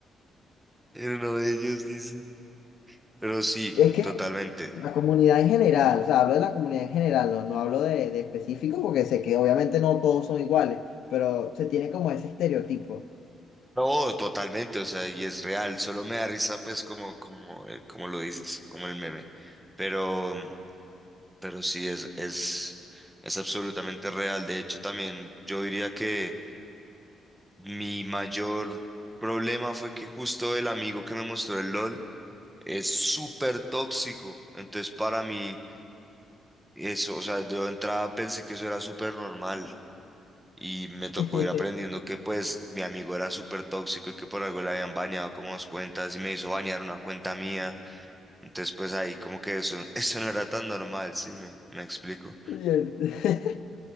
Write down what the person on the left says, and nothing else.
Es que
la comunidad en general, o sea, hablo de la comunidad en general, no, no hablo de, de específico porque sé que obviamente no todos son iguales, pero se tiene como ese estereotipo.
<laughs>
Y el- <laughs>